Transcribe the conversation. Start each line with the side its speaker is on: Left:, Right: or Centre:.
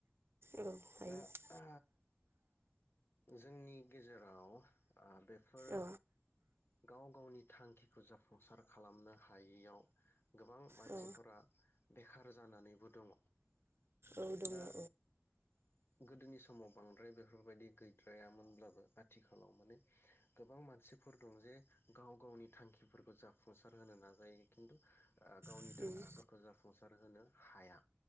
Right: औ हायो
Left: दा ओ जोंनि गेजेराव ओ बे फोर
Right: औ
Left: गाव गावनि थांखिखौ जाफुंसार खालामनो हायियाव गोबां मानसिफोरा
Right: औ
Left: बेखार जानानैबो दङ
Right: औ दङ
Left: दा
Right: औ
Left: गोदोनि समाव बांद्राय बेफोरबायदि गैद्रायामोनब्लाबो आथिखालाव माने गोबां मानसिफोर दं जे गाव गावनि थांखिफोरखौ जाफुंसार होनो नाजायो खिन्थु ओ गावनि
Right: उम
Left: थांखिफोरखौ जाफुं फुंसार होनो हाया